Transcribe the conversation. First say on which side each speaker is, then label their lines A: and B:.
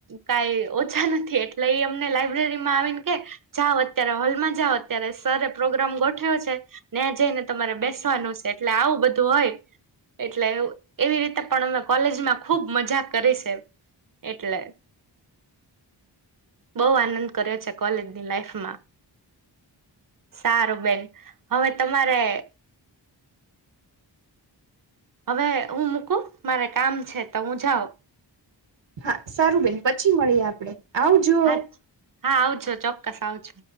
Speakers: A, on the right (about 45°); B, on the right (about 75°).
A: કાઈ ઓછા નથી એટલે ઈ અમને લાઈબ્રેરી માં આવીને કે જાઓ અત્યારે હોલમાં જાઓ અત્યારે સર એ પ્રોગ્રામ ગોઠવ્યો છે. નયા જઈને તમારે બેસવાનું શે એટલે આવું બધું હોય. એટલે એવું એવી રીતે પણ અમે કોલેજમાં ખુબ મજા કરી શે. એટલે. બઉ આનંદ કર્યો છે કોલેજની લાઈફમાં. સારું બેન હવે તમારે હવે હું મૂકું મારે કામ છે તો હું જાઉ.
B: હા સારું બેન પછી મળીએ આપડે. આવજો
A: હા, હા આવજો ચોક્કસ આવજો.